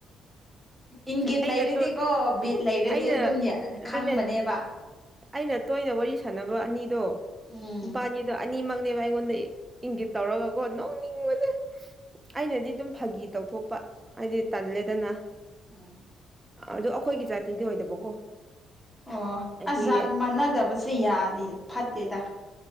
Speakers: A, in the centre; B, on the right (about 20°).
A: ꯏꯪꯒꯤꯠ
B: ꯑꯩꯅ
A: ꯂꯩꯔꯗꯤꯀꯣ
B: ꯇꯣ
A: ꯕꯤꯠ ꯂꯩꯔꯗꯤ
B: ꯑꯩꯅ
A: ꯑꯗꯨꯝꯅꯦ
B: ꯑꯗꯨꯅꯦ
A: ꯈꯪꯕꯅꯦꯕ
B: ꯑꯩꯅ ꯇꯣꯏꯅ ꯋꯥꯔꯤ ꯁꯥꯟꯅꯕ ꯑꯅꯤꯗꯣ
A: ꯎꯝ
B: ꯅꯨꯄꯥꯅꯤꯗꯣ ꯑꯅꯤꯃꯛꯅꯦꯕ ꯑꯩꯉꯣꯟꯗ ꯏꯪꯒꯤꯠ ꯇꯧꯔꯒꯀꯣ ꯅꯣꯡꯅꯤꯡꯕꯁꯦ ꯑꯩꯅꯗꯤ ꯑꯗꯨꯝ ꯐꯥꯒꯤ ꯇꯧꯊꯣꯛꯄ ꯍꯥꯏꯗꯤ ꯇꯜꯂꯦꯗꯅ
A: ꯎꯝ
B: ꯑꯗꯨ ꯑꯩꯈꯣꯏꯒꯤ ꯖꯥꯇꯤꯗ ꯑꯣꯏꯗꯕꯀꯣ
A: ꯑꯣ
B: ꯍꯥꯏꯗꯤ
A: ꯑꯁꯖꯥ ꯃꯥꯟꯅꯗꯕꯁꯦ ꯌꯥꯅꯤ ꯐꯠꯇꯦꯗ